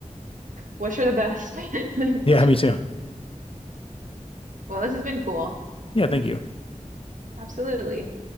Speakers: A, on the right; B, on the left.
A: wish her the best <laughs>
B: Yeah, me too.
A: well this has been cool
B: Yeah, thank you.
A: absolutely